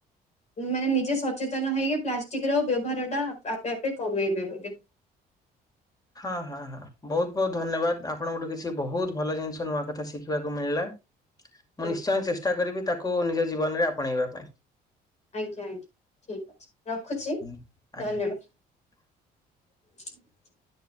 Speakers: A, on the left; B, on the left.
A: ମାନେ ନିଜେ ସଚେତନ ହେଇ ପ୍ଲାଷ୍ଟିକ ର ବ୍ୟବହାର ଟା ଆପେ ଆ ଯେ କମେଇଦେବେ
B: ହଁ ହଁ ବହୁତ ବହୁତ ଧନ୍ୟବାଦ ଆପଣଙ୍କଠୁ କିଛି ବହୁତ ଭଲ ଜିନିଷ ନୂଆ କଥା ଶିଖିବାକୁ ମିଳିଲା। ମୁଁ
A: ଆଜ୍ଞା
B: ନିଶ୍ଚୟ ଚେଷ୍ଟା କରିବି ତାକୁ କୁ ନିଜ ଜୀବନ ରେ ଆପଣେଇବା ପାଇଁ।
A: ଆଜ୍ଞା ଆଜ୍ଞା ଠିକ୍ ଅଛି ରଖୁଛି।
B: ଆଜ୍ଞା।
A: ଧନ୍ୟବାଦ୍। <unintelligible>